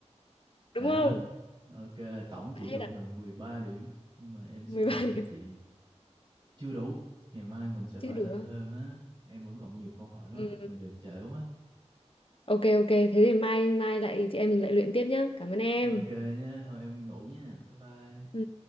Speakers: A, on the left (about 50°); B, on the right (about 45°).
A: Đúng
B: Đã
A: không?
B: hết. Ok, tổng chị
A: Đã hết
B: được
A: ạ.
B: là 13 điểm. Nhưng mà em suy
A: 13
B: nghĩ
A: <laughs>
B: là
A: điểm.
B: chị Chưa đủ, ngày mai mình sẽ phải
A: Chưa đủ
B: làm
A: không?
B: thêm ha. Em vẫn còn nhiều câu hỏi lắm,
A: Ừ.
B: mà giờ trễ quá.
A: Ok, ok. Thế thì mai mai lại chị em mình lại luyện tiếp nhá.
B: À,
A: Cảm ơn em.
B: Ok nhé, thôi em đi ngủ nha. Bye bye.
A: Ừ,